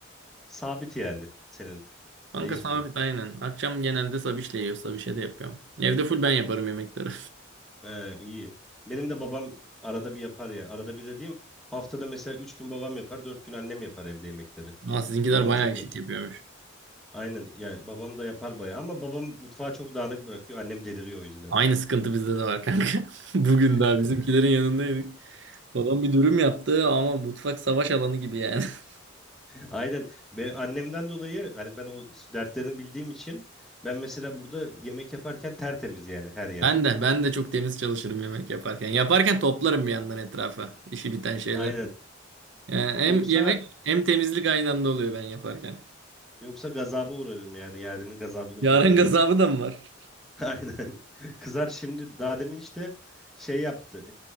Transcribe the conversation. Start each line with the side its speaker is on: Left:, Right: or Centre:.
Centre: Sabit yani senin.
Right: Kanka
Centre: Değişmiyor.
Right: sabit aynen. Akşam genelde sabişle yiyor. Sabişe de yapıyorum. Evde full ben yaparım yemekleri.
Centre: He, iyi. Benim de babam arada bir yapar ya. Arada bir dediğim haftada mesela 3 gün babam yapar, 4 gün annem yapar evde yemekleri.
Right: <laughs> Ama sizinkiler
Centre: Babam
Right: bayağı
Centre: çok
Right: eşit
Centre: yapar.
Right: yapıyormuş.
Centre: Aynen ya babam da yapar bayağı ama babam mutfağı çok dağınık bırakıyor. Annem deliriyor o yüzden.
Right: Aynı sıkıntı bizde de var kanka. <laughs> Bugün
Centre: <laughs>
Right: daha bizimkilerin yanındaydık. Babam bir dürüm yaptı ama mutfak savaş alanı gibi yani. <laughs>
Centre: Aynen. Ben annemden dolayı hani ben o dertlerini bildiğim için ben mesela burada yemek yaparken tertemiz yani her yer.
Right: Ben de ben de çok temiz çalışırım yemek yaparken. Yaparken toplarım bir yandan etrafa işi biten şeyler.
Centre: Aynen.
Right: Yani hem
Centre: Yoksa
Right: yemek hem temizlik aynı anda oluyor ben yaparken.
Centre: yoksa gazaba uğrarım yani yarının gazabına
Right: Yaren
Centre: uğrayabilirim.
Right: gazabı da mı var?
Centre: <laughs> Aynen. Kızar şimdi daha demin işte şey yaptı.